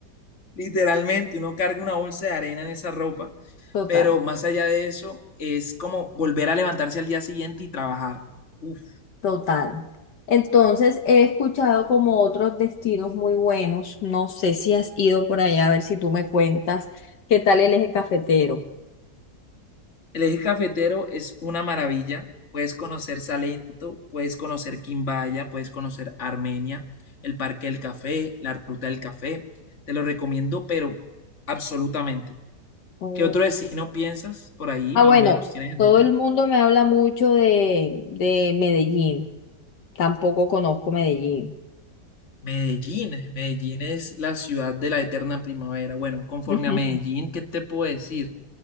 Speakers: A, on the left; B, on the left.
A: Literalmente, uno carga una bolsa de arena en esa ropa,
B: Total.
A: pero más allá de eso, es como volver a levantarse al día siguiente y trabajar. Uf.
B: Total. Entonces, he escuchado como otros destinos muy buenos. No sé si has ido por allá, a ver si tú me cuentas qué tal el eje cafetero.
A: El eje cafetero es una maravilla. Puedes conocer Salento, puedes conocer Quimbaya, puedes conocer Armenia, el Parque del Café, la Ruta del Café. Te lo recomiendo, pero absolutamente.
B: Oh.
A: ¿Qué otro destino piensas por ahí,
B: Ah,
A: más
B: bueno,
A: o menos, tienes en
B: todo
A: mente?
B: el mundo me habla mucho de, de Medellín. Tampoco conozco Medellín.
A: Medellín. Medellín es la ciudad de la eterna primavera. Bueno, conforme
B: <laughs>
A: a Medellín, ¿qué te puedo decir?